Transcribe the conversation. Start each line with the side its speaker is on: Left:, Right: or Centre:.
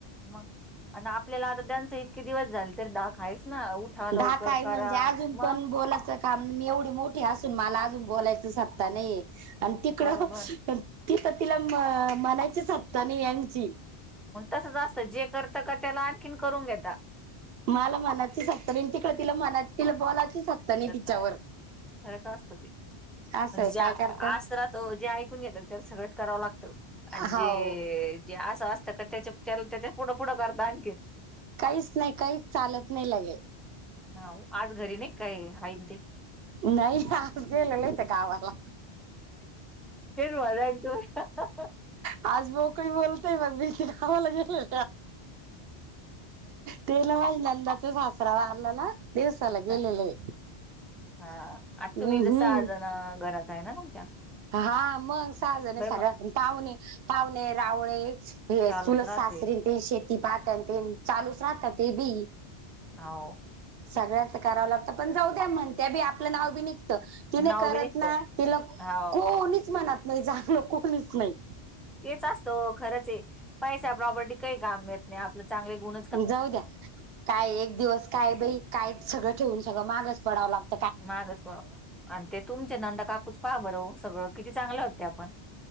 Centre: मग आणि आपल्याला आता त्यांच इतके दिवस झाले तर दा खा आहेस ना. लवकर
Right: दा काय
Centre: करा.
Right: म्हणजे अजून
Centre: मग.
Right: पण बोलाचं. काम मी एवढी मोठी असून मला अजून बोलायचं आत्ता नाही आणि तिकडं.
Centre: बरोबर
Right: तर ति तर तिला म्हणायचीच हत्ता ना यांची.
Centre: मग तसं जास्त जे करतं का त्याला आणखीन करून घेता.
Right: मला मनाचगतं तिकडे तिला मना तिला बोलायची सत्ता. नाही
Centre: करताय
Right: तिच्यावर
Centre: हळच अस असतते.
Right: असंय
Centre: म्हणजे ज्या
Right: काय करता
Centre: आज तररा तो जे ऐकून घेतो त्याला सगळंच करावं लागतं. आणिजे
Right: हाव
Centre: जे असं असतं का त्याच्या त्याला त्याच्या पुढं पुढं करत आणखीन
Right: काहीच नाही काही चालत नाही लगेल.
Centre: हा आज घरी नाही काय आईन ते.
Right: नाही आज गेले नाही ते गावाला
Centre: फर मजा य तू.
Right: आज बोकळी बोलतेय मग बी. खवाला गेल तेला माझ नंदाचच. सरावारलला दिवसाला
Centre: हा
Right: गेलेले.
Centre: हा आता
Right: हम्म
Centre: तुम्ही जस आजण घरात आहे ना तुमच्या
Right: हा मग साजने
Centre: बाई
Right: सगळ्या
Centre: मग
Right: पण पावणे पावणे रावळे. हे
Centre: चालूच
Right: सुलज
Centre: राहते
Right: सासरी ते शेती पात ते चालूच राहतात ते बी
Centre: हो.
Right: सगळ्याच करावं लागतं पण जाऊ द्या म्हणत्या बी आपलं नाव बी निघत. तिने
Centre: नाव
Right: करत
Centre: बी निघत
Right: ना तिला
Centre: हो
Right: कोणीच म्हणत नाही झागलं कोणीच नाही.
Centre: तेच असतं खरंच पैसा प्रॉपर्टी काही काम येत नाही आपलं चांगले गुण.
Right: जाऊ द्या काय एक दिवस काय बई काय सगळं ठेवून सगळं मागस पडावं लागत.
Centre: मागच प आणि ते तुमचे नंद काकूच पहा बरं हो सगळं किती चांगले होते आपण.